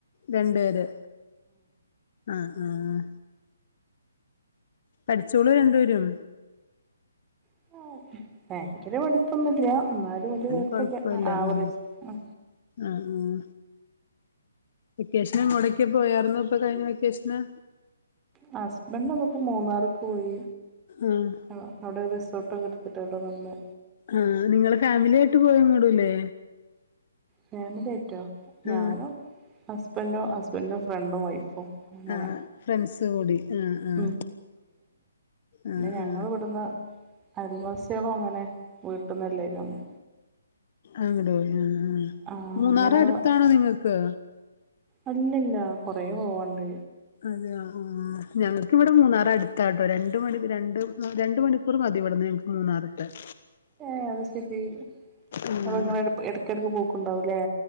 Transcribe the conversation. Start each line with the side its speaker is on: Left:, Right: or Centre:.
Left: രണ്ടേര് ആഹ് ആഹ് പഠ്‌ച്ചോളും രണ്ടുപേരും
Right: <unintelligible> ഭയങ്കര പഠിപ്പൊന്നുല്ല എന്നാലും വലിയ കൊയപ്പമില്ല
Left: കൊഴപ്പല്ല
Right: ആവറേജ്
Left: ഉം
Right: ആ
Left: ആഹ് ഹാ വെക്കേഷന് മോടക്ക പോയരുന്നോ ഇപ്പൊ കഴിഞ്ഞ വെക്കേഷന്
Right: ഹസ്ബൻ്റ് അന്നപ്പോ മൂന്നാറിക്കെ പോയി
Left: ആഹ്
Right: ആഹ് അവിടെ റിസോട്ടൊക്കെടുത്തിട്ടിടെ വന്നെ
Left: ആഹ് നിങ്ങള് ഫാമിലി ആയിട്ട് പോയങ്ങടൂല്ലേ
Right: ഫാമിലി ആയിറ്റോ ഞാനോ
Left: ആഹ്
Right: ഹസ്ബൻഡോ ഹസ്ബൻഡോ ഫ്രണ്ടും വൈഫും അങ്ങനെ
Left: ആഹ് ഫ്രണ്ട്സ് കൂടി ആഹ്
Right: <unintelligible>
Left: ആഹ് ആഹ്
Right: ഞങ്ങൾ
Left: ആഹ്
Right: ഇവിടുന്ന് ആദിവാസികളും അങ്ങനെ വീട്ടുന്ന എല്ലാവരും അങ്ങ്
Left: അങ്ങട് ആഹ് ആഹ്
Right: അങ്ങനെ
Left: മൂന്നാറടുത്താണോ നിങ്ങക്ക്
Right: അല്ലല്ല കൊറെ പോവാണ്ട്
Left: അതെയാ ആഹ് ഞങ്ങക്കിവിടെ മൂന്നാറട് ത്താട്ടോ രണ്ട് മണി രണ്ട് രണ്ട് മണിക്കൂറ് മതിവിടന്ന് ഞങ്ങൾക്ക് മൂന്നാറ് ത്താൻ
Right: ഏ അത് ശെരി
Left: ആഹ്
Right: അപ്പ നിങ്ങളെടക് എടക്കെക്കെടക്ക് പോക്കുണ്ടാവൂല്ലേ